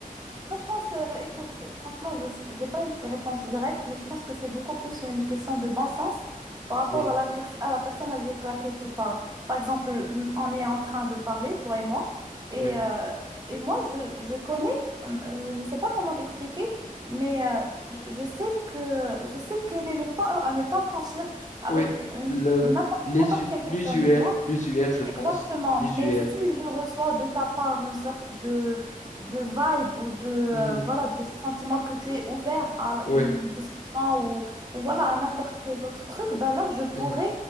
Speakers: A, on the right (about 25°); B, on the left (about 55°).
A: Moi, je pense, euh, écoute, franchement, je n'ai pas une réponse directe, mais je pense que c'est beaucoup plus une question de bon sens par rapport
B: Oui,
A: à la, quer- à la personne avec laquelle tu parles. Par exemple, n- on est en train de parler, toi et moi, et,
B: oui.
A: euh, et moi, je, je connais, euh, je ne sais pas comment t'expliquer, mais euh, je, je sais que, je sais quel est le pas à ne pas franchir avec
B: Oui,
A: une-
B: le,
A: n'importe
B: l'usu-
A: n'importe quelle
B: l'usuel,
A: personne, tu vois.
B: l'usuel, je pense,
A: Exactement,
B: l'usuel.
A: mais si je reçois de ta part une sorte de, de vibe ou de, euh,
B: Mhm,
A: voilà, de sentiment que tu es ouvert à
B: Oui,
A: une discussion ou, ou voilà, à n'importe quel autre truc, ben là, je pourrais,
B: mhm.